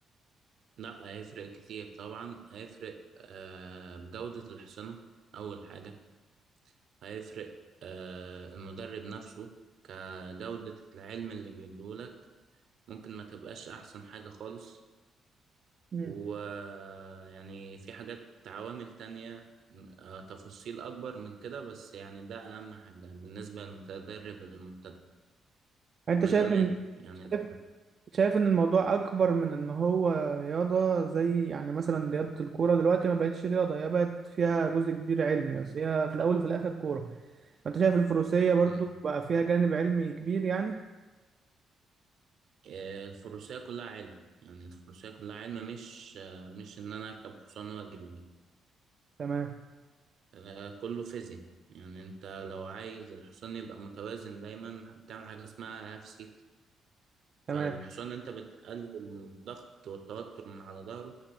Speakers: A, on the right; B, on the right.
A: لا هيفرق كتير طبعا هيفرق آه، بجودة الحصانة أول حاجة هيفرق آه، المدرب نفسه كجودة العلم اللي بيديهولك ممكن ما تبقاش أحسن حاجة خالص
B: امم
A: ويعني في حاجات عوامل تانية آه، تفاصيل أكبر من كده بس يعني ده أهم حاجة بالنسبة للمتدرب المبتدئ
B: انت
A: والأمان
B: شايف ان
A: يعني الأمان
B: شايف شايف ان الموضوع اكبر من ان هو رياضه زي يعني مثلا رياضه الكوره دلوقتي ما بقتش رياضه هي بقت فيها جزء كبير علمي بس هي في الاول وفي الاخر كوره فانت شايف الفروسيه برضو
A: مم.
B: بقى فيها جانب علمي كبير يعني
A: آه، الفروسية كلها علم يعني الفروسية كلها علم مش آه، مش إن أنا أركب حصان وأجري بيه.
B: تمام
A: آه، كله فيزياء يعني انت لو عايز الحصان يبقى متوازن دايما بتعمل حاجة اسمها هاف سيت
B: تمام
A: فالحصان انت بتقلل الضغط والتوتر من على ظهره